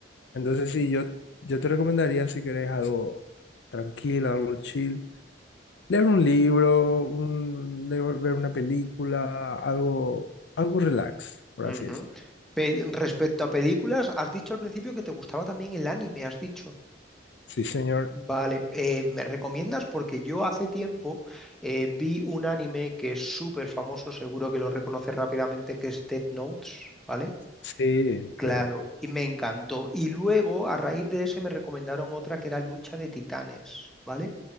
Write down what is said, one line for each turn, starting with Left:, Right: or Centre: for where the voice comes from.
Left: Entonces, sí, yo, yo te recomendaría, si querés algo tranquilo, algo chill, leer un libro, un, leer- ver una película, algo, algo relax, por
Centre: Ujú.
Left: así decirlo.
Centre: Pe- respecto a películas, has dicho al principio que te gustaba también el anime, has dicho.
Left: Sí, señor.
Centre: Vale, eh, ¿me recomiendas? Porque yo hace tiempo eh, vi un anime que es súper famoso, seguro que lo reconoces rápidamente, que es Death Notes, ¿vale?
Left: Sí,
Centre: Claro,
Left: re-
Centre: y me encantó. Y luego, a raíz de ese, me recomendaron otra que era Lucha de Titanes, ¿vale?